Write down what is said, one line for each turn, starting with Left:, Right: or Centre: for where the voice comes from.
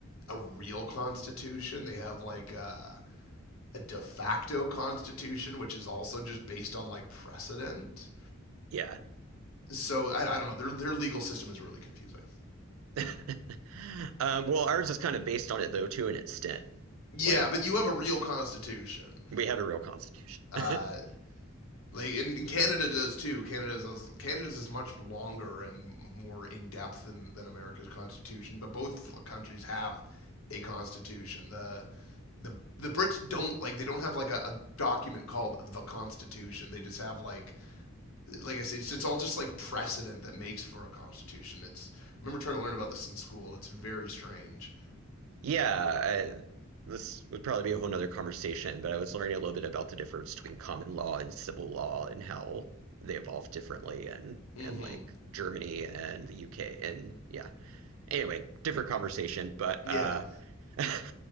Left: a real constitution. They have like a, a de facto constitution, which is also just based on like precedent.
Right: Yeah.
Left: So I, I don't know. Their their legal system is really confusing.
Right: <laughs> Um, well, ours is kind of based on it though, to an extent.
Left: Yeah,
Right: Like
Left: but you have a real constitution.
Right: we have a real constitution.
Left: Uh,
Right: <laughs>
Left: Like and, and Canada does too. Canada's Canada's is much longer and more in depth than, than America's constitution, but both countries have a constitution. The the the Brits don't like they don't have like a, a document called the Constitution. They just have like like I said, it's, it's all just like precedent that makes for a constitution. It's I remember trying to learn about this in school. It's very strange.
Right: Yeah, I, this would probably be a whole nother conversation, but I was learning a little bit about the difference between common law and civil law and how they evolve differently and
Left: Mm-hmm.
Right: and like Germany and the UK and yeah. Anyway, different conversation, but
Left: Yeah.
Right: uh <laughs>